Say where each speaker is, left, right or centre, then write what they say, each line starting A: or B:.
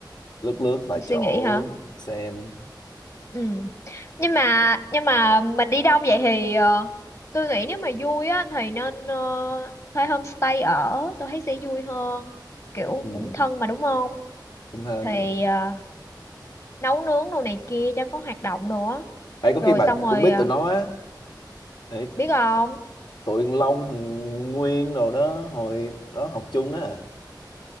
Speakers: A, on the left (about 65°); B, on the left (about 40°).
A: lướt lướt vài
B: Suy
A: chỗ
B: nghĩ hả?
A: xem
B: Ừ. nhưng mà nhưng mà mình đi đông vậy thì ờ, tôi nghĩ nếu mà vui á thì nên ờ, thuê homestay ở tôi thấy sẽ vui hơn kiểu
A: ừ,
B: cũng thân mà đúng không
A: cũng hơn
B: thì ờ, nấu nướng đồ này kia cho có hoạt động nữa
A: ấy có
B: rồi
A: khi bà
B: xong rồi
A: cũng biết
B: ờ,
A: tụi nó á ấy
B: biết không
A: tụi Long thằng Nguyên đồ đó hồi đó học chung đó à.